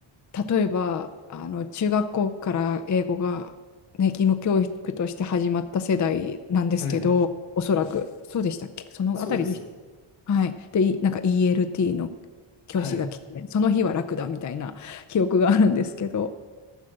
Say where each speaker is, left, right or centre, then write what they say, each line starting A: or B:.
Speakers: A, on the left; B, on the left.
A: 例えば、あの、中学校から英語が、ね、義務教育として始まった世代なんですけど、
B: はい。
A: おそらく、そうでしたっけそのあたりでし
B: そうです。
A: た。はい。で、いなんか ELT の教師が来て、
B: はい。
A: その日は楽だみたいな記憶があるんですけど、